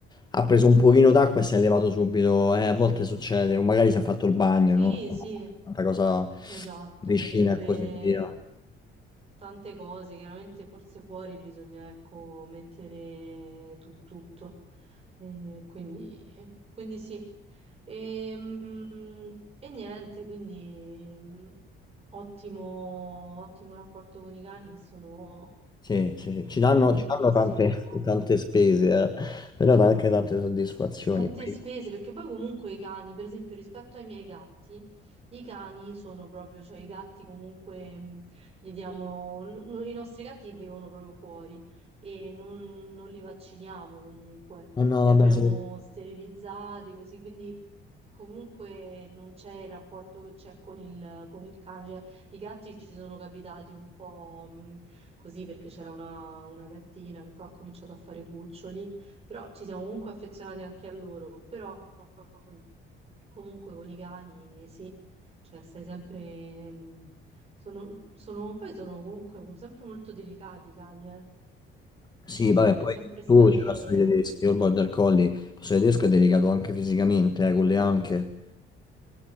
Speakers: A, on the left (about 20°); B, on the right (about 30°).
A: ha preso un pochino d'acqua e si è levato subito, eh, a volte succede, o magari si è fatto il bagno,
B: Sì,
A: non lo so,
B: sì,
A: tanta cosa
B: esatto,
A: vicina
B: potrebbe
A: e così via.
B: tante cose, chiaramente forse fuori bisogna, ecco, mettere tu- tutto. Eh, quindi, quindi sì. E, mm, e niente, quindi mm, ottimo, ottimo rapporto con i cani che sono
A: Sì, sì, ci danno,
B: bellissimi.
A: ci danno tante,
B: Io amo.
A: tante spese, eh, però dà anche tante soddisfazioni.
B: tante
A: Poi
B: spese,
A: io-
B: perché poi comunque i cani, per esempio, rispetto ai miei gatti, i cani sono proprio, cioè i gatti comunque mh, li diamo, n- n- i nostri gatti vivono proprio fuori e non, non li vacciniamo comunque,
A: No, no,
B: li
A: vabbè,
B: abbiamo
A: sì.
B: sterilizzati così, quindi comunque non c'è il rapporto che c'è con il, con il cane, cioè i gatti ci sono capitati un po' mh, così perché c'era una, una gattina che poi ha cominciato a fare cuccioli però ci siamo comunque affezionati anche a loro, però mm, comunque con i cani sì, cioè stai sempre... mh, Sono, sono- poi sono comunque sempre molto delicati i cani, eh.
A: Sì,
B: Bisogna
A: vabbè, poi
B: sempre stare
A: tu ci la sui tedeschi,
B: mh,
A: io il border collie, posso dire, il tedesco è delicato anche fisicamente, eh, con le anche.